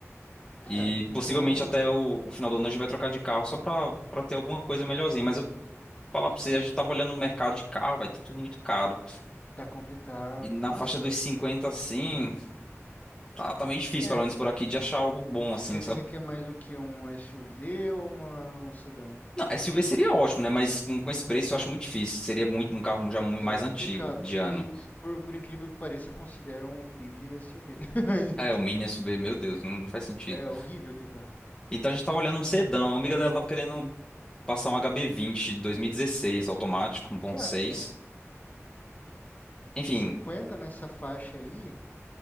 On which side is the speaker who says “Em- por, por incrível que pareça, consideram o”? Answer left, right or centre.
Left